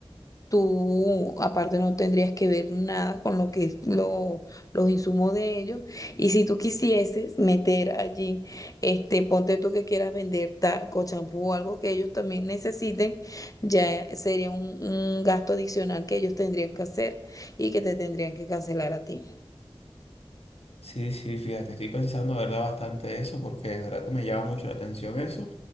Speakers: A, on the left; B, on the left.
A: Tú aparte no tendrías que ver nada con lo que es lo- los insumos de ellos. Y si tú quisieses meter allí, este, ponte tú que quieras vender talco, champú o algo que ellos también necesiten, ya sería un, un gasto adicional que ellos tendrían que hacer y que te tendrían que cancelar a ti.
B: Sí, sí, fíjate, estoy pensando, ¿verdad? Bastante eso, porque de verdad que me llama mucho la atención eso.